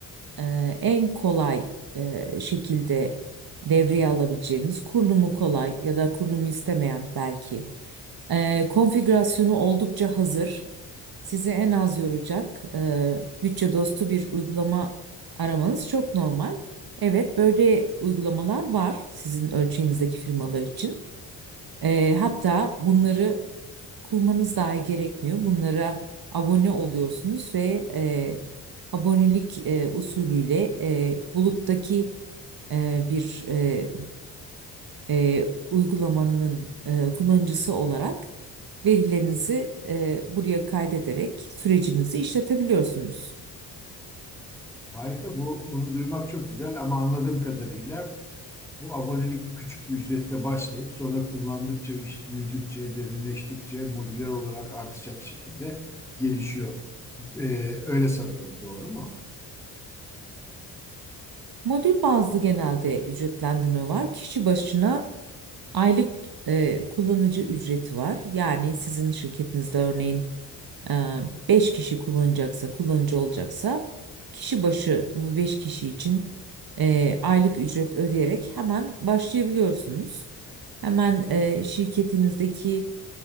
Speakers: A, on the right (about 50°); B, in the centre.
A: e, en kolay e, şekilde devreye alabileceğiniz kurulumu kolay ya da kurulumu istemeyen belki. E, konfigürasyonu oldukça hazır. Sizi en az yoracak e, bütçe dostu bir uygulama aramanız çok normal. Evet, böyle uygulamalar var sizin ölçeğinizdeki firmalar için. Ee, hatta bunları kurmanız dahi gerekmiyor. Bunlara abone oluyorsunuz ve e, abonelik e, usulüyle e, buluttaki e, bir e, e, uygulamanın e, kullanıcısı olarak verilerinizi e, buraya kaydederek sürecinizi işletebiliyorsunuz.
B: Harika bu. Bunu duymak çok güzel ama anladığım kadarıyla bu abonelik küçük bir ücretle başlayıp sonra kullandıkça, iş büyüdükçe, derinleştikçe modüler olarak artacak şekilde gelişiyor. Ee, öyle sanıyorum. Doğru mu?
A: Modül bazlı genelde ücretlendirme var. Kişi başına aylık e, kullanıcı ücreti var. Yani sizin şirketinizde örneğin e, 5 kişi kullanacaksa, kullanıcı olacaksa kişi başı bu 5 kişi için e, aylık ücret ödeyerek hemen başlayabiliyorsunuz. Hemen e, şirketinizdeki